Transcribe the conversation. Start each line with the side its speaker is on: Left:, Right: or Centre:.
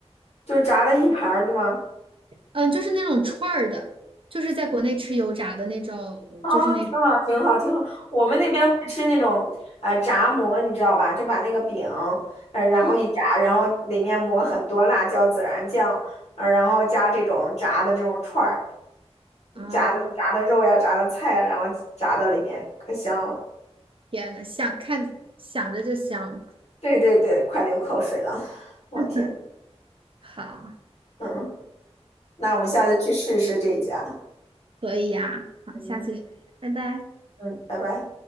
Left: 就炸了一盘儿，对吗？
Right: 嗯，就是那种串儿的，就是在国内吃油炸的那种，
Left: 哦，
Right: 就是那
Left: 挺好，挺好，挺好。我们那边会吃那种呃炸馍，你知道吧？就把那个饼，呃，然后一炸，
Right: 啊
Left: 然后里面抹很多辣椒、孜然酱，呃，然后加这种炸的这种串儿。
Right: 啊，
Left: 炸的炸的肉呀，炸的菜呀，然后炸到里面，可香了。
Right: 天呐，想看想着就香。
Left: 对对对，快流口水了，<laughs> 我天，
Right: <laughs> 好，
Left: 嗯，那我们下次去试试这一家，
Right: 可以呀，好，
Left: 嗯
Right: 下次拜拜。
Left: 嗯，拜拜。